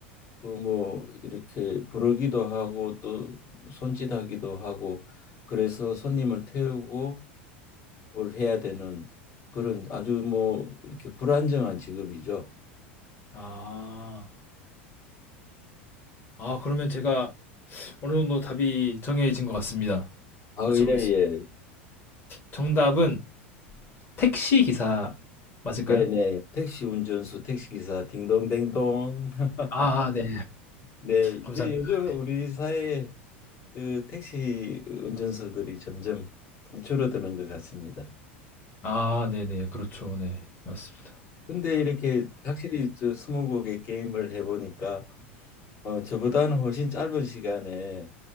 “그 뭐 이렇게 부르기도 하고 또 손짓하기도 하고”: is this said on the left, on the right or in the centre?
Left